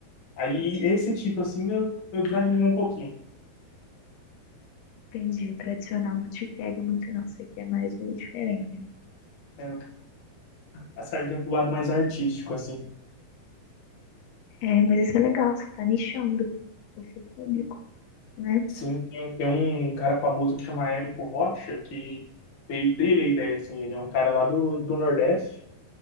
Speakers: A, on the left; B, on the left.
A: Aí esse tipo, assim, eu, eu desanimo um pouquinho.
B: Entendi. O tradicional não te pega muito, não. Você quer mais o diferente.
A: É, a sardinha pro lado mais artístico, assim.
B: É, mas isso é legal, você tá nichando o seu público, né?
A: Sim, tem, tem um um cara famoso que chama Érico Rocha, que veio dele a ideia, assim. Ele é um cara lá do, do Nordeste,